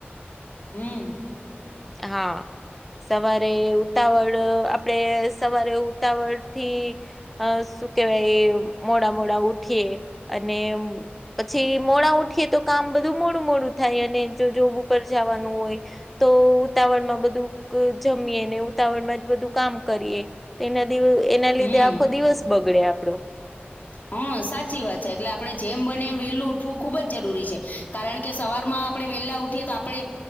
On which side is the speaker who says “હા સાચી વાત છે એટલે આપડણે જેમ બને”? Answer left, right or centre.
Left